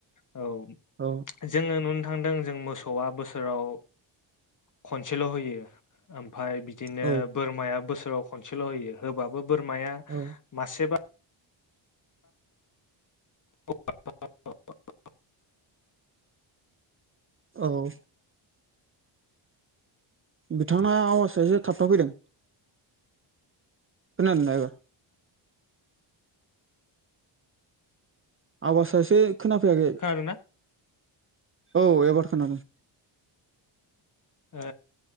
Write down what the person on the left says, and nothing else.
औ
जोङो नुनो थांदों जों मोसौआ बोसोराव खनसेल' होयो ओम फाय बिदिनो
बोरमाया बोसोराव खनसेल' होयो होबाबो बोरमाया
मासेबा <unintelligible>
खोनादोंना
आ